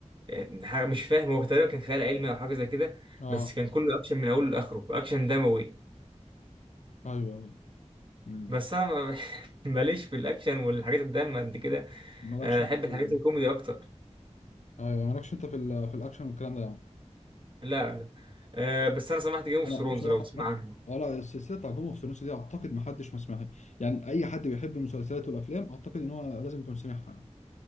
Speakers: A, on the right; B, on the left.
A: آه، حاجه مش فاهم هو تقريبا كان خيال علمي او حاجه زي كده
B: اه
A: بس كان كله اكشن من اوله لاخره اكشن دموي
B: ايوه ايوه امم
A: بس انا ما- <laughs> ماليش في الاكشن والحاجات الدم قد كده
B: مالكش
A: آه،
B: انت
A: احب
B: في
A: الحاجات
B: ال-
A: الكوميدي اكتر
B: ايوه مالكش انت في ال- في الاكشن والكلام ده يعني
A: لا لا آه، بس انا سمعت جيم اوف
B: انا
A: ثرونز
B: بصراحه
A: لو تسمع
B: أك...
A: عنه
B: ولا السلسله بتاع جون اوف ثرونز دي اعتقد ما حدش ما سمعها يعني اي حد بيحب المسلسلات والافلام اعتقد ان هو لازم يكون سمعها يعني.